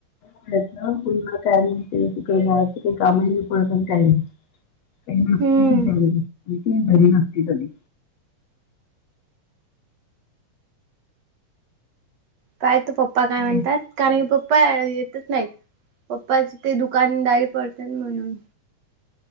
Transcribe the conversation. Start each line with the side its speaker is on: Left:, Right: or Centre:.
Left: <unintelligible> काय नसते
Right: हम्म.
Left: मी घरी मी काय घरी नसते कधी
Right: काय तू पप्पा काय म्हणतात
Left: ये.
Right: कारण की पप्पा येतच नाहीत पप्पाची ते दुकानदारी पडतेन म्हणून